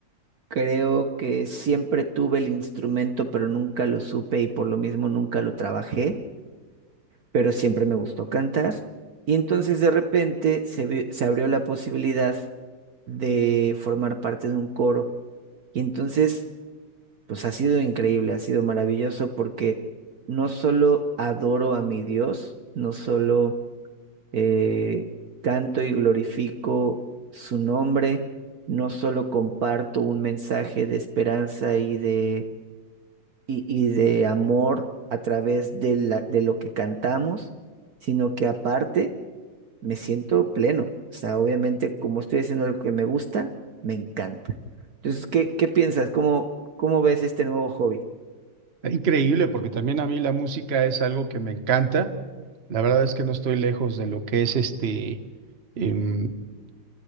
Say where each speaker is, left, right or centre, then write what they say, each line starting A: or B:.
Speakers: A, on the right; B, on the right.
A: Creo que siempre tuve el instrumento, pero nunca lo supe y por lo mismo nunca lo trabajé, pero siempre me gustó cantar. Y entonces de repente se, vi- se abrió la posibilidad de formar parte de un coro. Y entonces, pues ha sido increíble, ha sido maravilloso porque no solo adoro a mi Dios, no solo eh, canto y glorifico su nombre, no solo comparto un mensaje de esperanza y de, y, y de amor a través de, la- de lo que cantamos, sino que aparte me siento pleno. O sea, obviamente como estoy haciendo lo que me gusta, me encanta. Entonces, ¿qué, qué piensas? ¿Cómo, cómo ves este nuevo hobby?
B: Está Increíble porque también a mí la música es algo que me encanta. La verdad es que no estoy lejos de lo que es este, em,